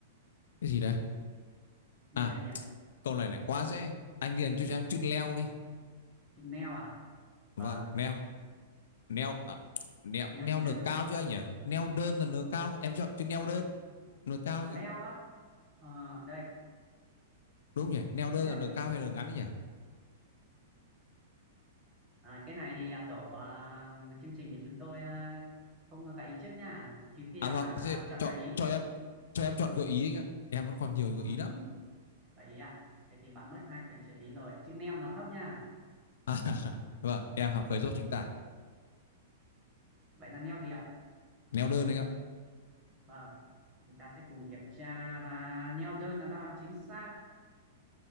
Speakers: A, on the left; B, on the right.
A: Cái gì đấy?
B: đây
A: À,
B: là gì ạ
A: câu này lại quá dễ. Anh điền cho em
B: à,
A: chữ leo đi.
B: chữ neo à
A: Vâng,
B: vâng
A: leo. neo à, neo
B: neo
A: neo
B: gì nào
A: nửa cao chứ anh nhỉ neo đơn là nửa cao em chọn chữ neo đơn nửa cao
B: leo
A: ấy
B: á Ờ, đây
A: đúng nhỉ neo đơn
B: tiếp theo
A: là nửa
B: gì
A: cao
B: ạ
A: hay nửa ngắn ấy nhỉ
B: À, cái này thì à, tổ à, chương trình thì chúng tôi à, không gợi ý trước nha. Trừ khi
A: à
B: là
A: vâng
B: bạn
A: thế
B: à, chọn
A: chọn
B: gợi ý.
A: cho em cho em chọn gợi ý anh ạ em vẫn còn nhiều
B: Ừm,
A: gợi ý lắm
B: gợi ý à? Vậy thì bạn mất hai quyền trợ ý rồi. Chữ neo nó thấp nha.
A: à, <laughs> vâng em học khởi dốt chính tả
B: Vậy là neo gì ạ?
A: neo đơn anh ạ
B: Vâng, chúng ta sẽ cùng kiểm tra và neo đơn là đáp án chính xác.